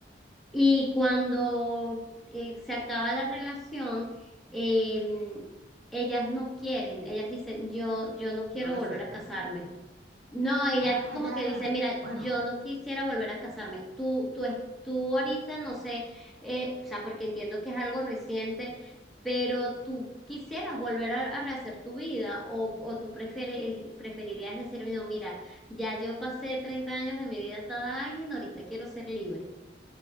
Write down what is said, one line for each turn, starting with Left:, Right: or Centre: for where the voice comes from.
Centre: y cuando eh, se acaba la relación, eh, ellas no quieren, ellas dicen, yo, yo no quiero
Right: No la
Centre: volver
Right: aceptan.
Centre: a casarme. No, ella
Right: Ah,
Centre: es como
Right: ya.
Centre: que dice, mira,
Right: Bueno,
Centre: yo no quisiera volver a casarme. Tú, tú, es- tú ahorita, no sé, eh, o sea, porque entiendo que es algo reciente, pero tú quisieras volver a, a rehacer tu vida o, o tú prefieres, preferirías decirme, no, mira, ya yo pasé 30 años de mi vida atada a alguien, ahorita quiero ser libre.